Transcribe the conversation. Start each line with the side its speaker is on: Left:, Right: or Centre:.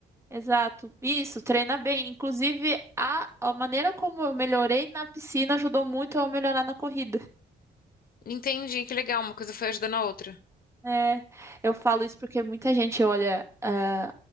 Right: exato. Isso, treina bem. Inclusive, a, a maneira como eu melhorei na piscina ajudou muito a eu melhorar na corrida.
Left: Entendi, que legal, uma coisa foi ajudando a outra.
Right: É, eu falo isso porque muita gente olha ah,